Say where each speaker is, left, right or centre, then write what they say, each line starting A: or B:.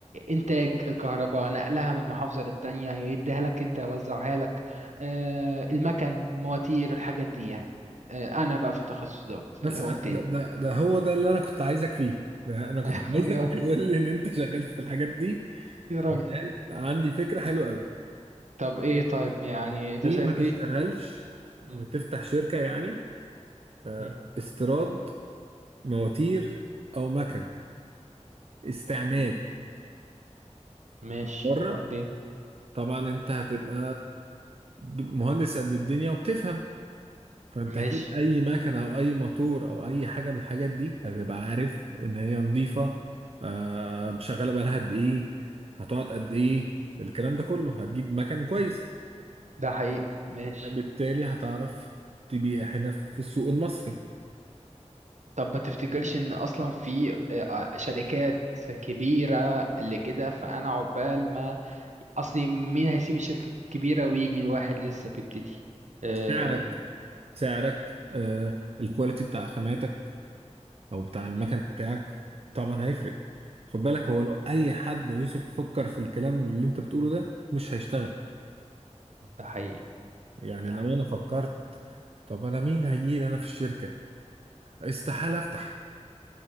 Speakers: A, on the right; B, on the right.
A: إنتاج الكهرباء نقلها من محافظة للتانية يديها لك أنت يوزعها لك آه، المكن مواتير الحاجات دي يعني آه، أنا بقى في التخصص دوت
B: بس
A: اللي هو
B: أ-
A: التالت
B: ده, ده ده هو ده اللي انا كنت عايزك فيه ده انا كنت
A: <laughs>
B: عايزك
A: يا
B: <laughs> تقول لي ان انت شغال في الحاجات دي
A: يا راجل
B: عشان عندي فكرة حلوة قوي
A: طب إيه طيب يعني أنت
B: ليه
A: شايف
B: ما تشتغلش
A: إيه؟ م-
B: وتفتح شركة يعني آه،
A: م-
B: استيراد مواتير او مكن استعمال
A: م- ماشي
B: بره
A: وبعدين
B: طبعا انت هتبقى مهندس قد الدنيا وبتفهم فانت
A: ماشي
B: اكيد اي مكنه او اي موتور او اي حاجه من الحاجات دي هتبقى عارف ان هي نظيفه آه شغاله بقالها قد ايه هتقعد قد ايه الكلام ده كله هتجيب مكن كويس
A: ده حقيقي ماشي
B: بالتالي هتعرف تبيع هنا في السوق المصري
A: طب ما تفتكرش ان اصلا في آه، آه، شركات كبيرة اللي كده فانا عقبال ما اصلي مين هيسيب الشركة الكبيرة ويجي الواحد لسه بيبتدي آه،
B: سعرك سعرك آه الكواليتي بتاع خاماتك او بتاع المكن
A: مم،
B: بتاعك طبعا هيفرق خد بالك هو
A: مم.
B: لو اي حد يا يوسف فكر في الكلام اللي انت بتقوله ده مش هيشتغل
A: ده حقيقي
B: يعني
A: ده
B: لو
A: حقيقي
B: انا فكرت طب انا مين هيجي لي انا في الشركه استحاله افتح